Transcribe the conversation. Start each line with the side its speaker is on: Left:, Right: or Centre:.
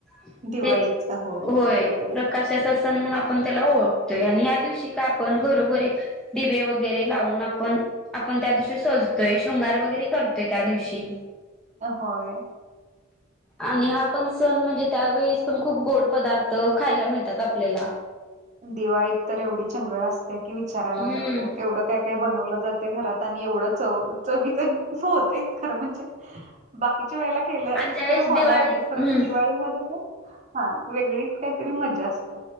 Centre: ते
Right: दिवाळीचा
Centre: होय
Right: बरोबर
Centre: प्रकाशाचा
Right: आहे
Centre: सण म्हणून आपण त्याला ओळख तोय. आणि ह दिवशी का आपण घरोघरी दिवे वगैरे लावून आपण आपण त्या दिवशी सज तोय. शृंगार वगैरे करतोय त्या दिवशी
Right: होय.
Centre: आणि हा पण सण म्हणजे त्यावेळीस पण खूप गोड पदार्थ खायला मिळतात आपल्याला
Right: दिवाळीत तर एवढी चंगळ असते की विचारायला
Centre: हम्म
Right: नको एवढं काय काय बनवलं जातय घरात आणि एवढं च चवी च होतय खरं म्हणजे बाकीच्या वेळेला केलं
Centre: आणि ज्यावेेळेस
Right: तर होणार
Centre: दिवाळी
Right: नाही परंतु
Centre: हम्म
Right: दिवाळीमध्ये हा वेगळीच काहीतरी मज्जा असत.